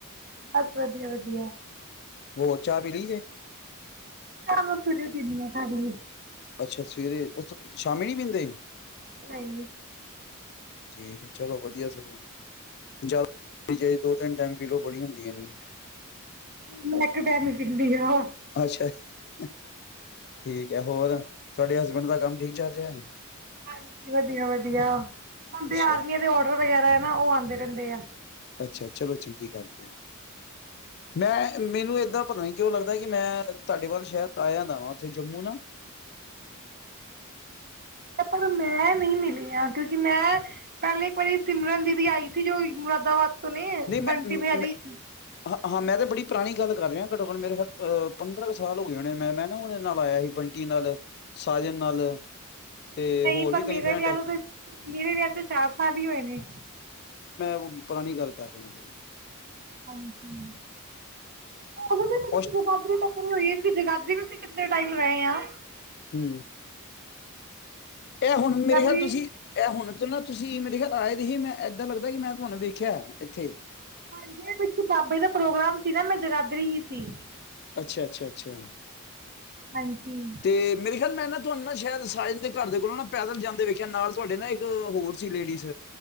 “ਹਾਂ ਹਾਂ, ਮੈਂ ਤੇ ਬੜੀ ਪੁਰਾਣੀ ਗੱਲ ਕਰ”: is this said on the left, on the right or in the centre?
Left